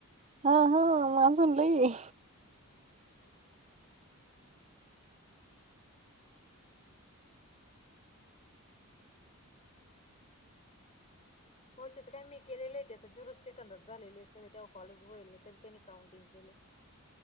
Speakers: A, on the right (about 30°); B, on the left (about 30°).
A: हा हा म अजून लई ये.
B: हो ना, बहुमते माय करकुले आता. बाऊचेच काय मी केलेले ते आता जिरोच सेकंदच झालेले सगळे तेव्हा कॉलेज वईल नाही तरी त्यांनी काउंटिंग केल.